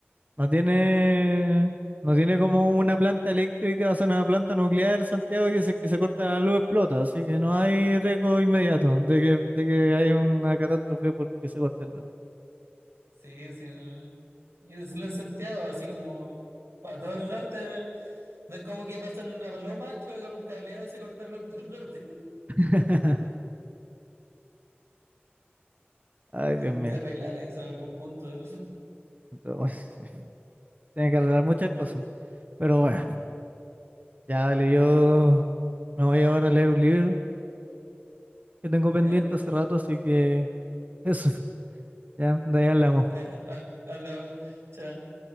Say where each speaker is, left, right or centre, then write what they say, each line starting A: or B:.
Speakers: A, on the right (about 40°); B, on the right (about 90°).
A: No tiene, no tiene como una planta eléctrica, o sea, una planta nuclear, Santiago, que se, que se corta la luz explota, así que no hay riesgo inmediato de que, de que haya una catástrofe porque se corte la luz.
B: Sí, sí. no. Y no solo en Santiago, así como para todo el norte, no es como que pasan una paloma, choque con un cableado y se cortaron en todo el norte. <laughs>
A: <laughs> Ay,
B: Tienen
A: Dios mío.
B: que arreglar eso en algún punto. <laughs>
A: Entonces, uy, sí. Tiene que arreglar muchas cosas. Pero bueno, ya dale, yo me voy ahora a leer un libro. que tengo
B: ¿Ya?
A: pendiente hace rato, así que eso, <laughs> ya, de ahí hablamos.
B: Ya, ha- hablamos. Chao.